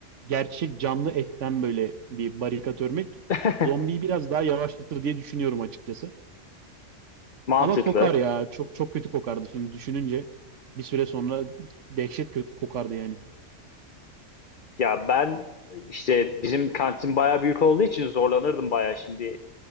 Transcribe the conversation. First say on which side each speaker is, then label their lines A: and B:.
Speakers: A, on the right; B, on the left.
A: gerçek canlı etten böyle bir barikat örmek
B: <laughs>
A: zombiyi biraz daha yavaşlatır diye düşünüyorum açıkçası.
B: Mantıklı.
A: Ama kokar ya çok çok kötü kokardı şimdi düşününce bir süre sonra dehşet kö- kokardı yani.
B: Ya ben işte bizim kantin bayağı büyük olduğu için zorlanırdım bayağı şimdi.